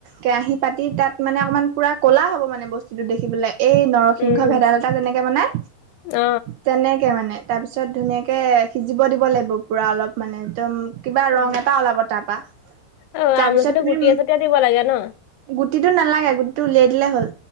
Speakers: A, on the right (about 80°); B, on the left (about 80°).
A: কেৰাহিত পাতি তাত মানে অকণমান পুৰা ক'লা হ'ব মানে বস্তুটো দেখিবলে এই নৰসিংহ
B: উম, উম,
A: ভেদাইলতা যেনেকে বনাই
B: অ',
A: তেনেকে মানে তাৰপিছত ধুনীয়াকে সিজিব দিব লাগিব পুৰা অলপ মানে একদম কিবা
B: অ',
A: ৰং
B: উম।
A: এটা ওলাব তাৰপা
B: অ',
A: তাৰ
B: আমলখিটো
A: পিছত তুমি
B: গুটিয়ে চুটিয়ে দিব লাগে ন?
A: গুটিটো নালাগে গুটিটো উলিয়াই দিলে হ'ল